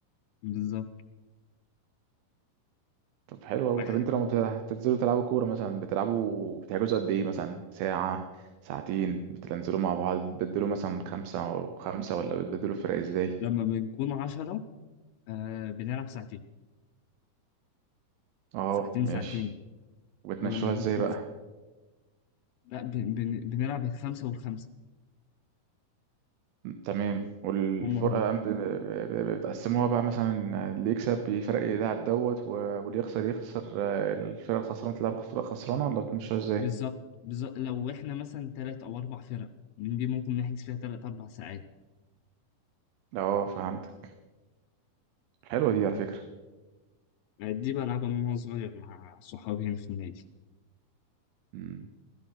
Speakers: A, on the left; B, on the right.
A: بالظبط
B: طب حلو أوي
A: واحد
B: طب انت لما بت- بتنزلوا تلعبوا كورة مثلا بتلعبوا بتحجزوا قد ايه مثلا ساعة ساعتين بتنزلوا مع بعض بتبدلوا مثلا خمسة وخمسة ولا بتبدلوا فرق ازاي
A: لما بنكون عشرة آه بنلعب ساعتين
B: اه
A: ساعتين
B: ماشي
A: ساعتين
B: وبتمشوها
A: ولما
B: ازاي
A: بنكون
B: بقى
A: لا بن... بن... بنلعب الخمسة والخمسة
B: تمام والفرقة
A: هم هم
B: بقى ب- ب- ب- بتقسموها بقى مثلا اللي يكسب بيفرق يلعب دوت و- واللي يخسر يخسر آه، الفرقة الخسرانة تلعب فرقة خسرانة ولا بتمشوها ازاي
A: بالظبط بالظبط لو احنا مثلا تلات أو أربع فرق من دي ممكن نحجز فيها تلات أربع ساعات
B: اه فهمتك حلوة دي على فكرة
A: آه، دي بلعبها من وأنا صغير مع صحابي هنا في النادي
B: مم.